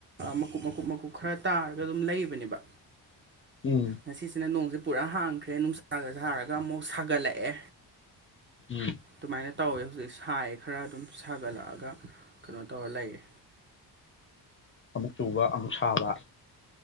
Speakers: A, on the right; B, on the left.
A: ꯃꯀꯨꯞ ꯃꯀꯨꯞ ꯃꯀꯨꯞ ꯈꯔ ꯇꯥꯔꯒ ꯑꯗꯨꯝ ꯂꯩꯕꯅꯦꯕ
B: ꯎꯝ
A: ꯉꯁꯤꯁꯤꯅ ꯅꯣꯡꯁꯦ ꯄꯨꯔꯥ ꯍꯥꯡꯈ꯭ꯔꯦ ꯅꯨꯡꯁꯥꯒ ꯁꯥꯔꯒ ꯑꯃꯨꯛ ꯁꯥꯒꯠꯂꯛꯑꯦ
B: <inaudible>
A: ꯑꯗꯨꯃꯥꯏꯅ ꯇꯧꯋꯦ ꯍꯧꯖꯤꯛ ꯁꯥꯏꯌꯦ ꯈꯔ ꯑꯗꯨꯝ ꯁꯥꯒꯠꯂꯛꯑꯒ ꯀꯩꯅꯣ ꯇꯧꯔ ꯂꯩꯌꯦ
B: ꯑꯃꯨꯛ ꯆꯨꯕ ꯑꯃꯨꯛ ꯁꯥꯕ